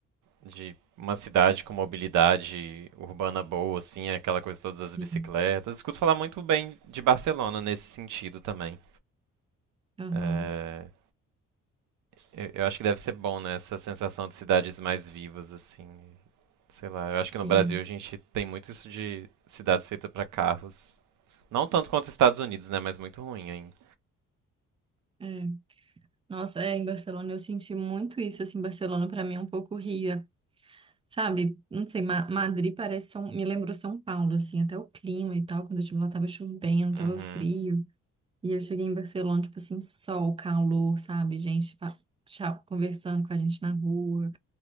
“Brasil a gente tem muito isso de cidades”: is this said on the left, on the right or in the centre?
Right